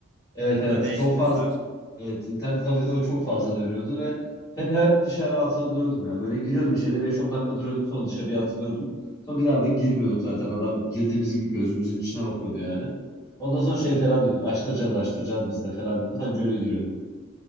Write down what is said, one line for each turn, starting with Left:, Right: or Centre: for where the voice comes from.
Left: Evet
Right: Burada
Left: evet
Right: ne
Left: çok
Right: işiniz
Left: fazla
Right: var?
Left: evet internet kafede o çok fazla dönüyordu ve hep hep dışarı atılıyordum yani böyle giriyordum içeriye beş on dakika duruyordum sonra dışarıya atılıyordum sonra bir daha da girmiyorduk zaten adam girdiğimiz gibi gözümüzün içine bakıyordu yani ondan sonra şey falan diyorduk açtıracağız açtıracağız biz de falan diyorduk anca öyle giriyorduk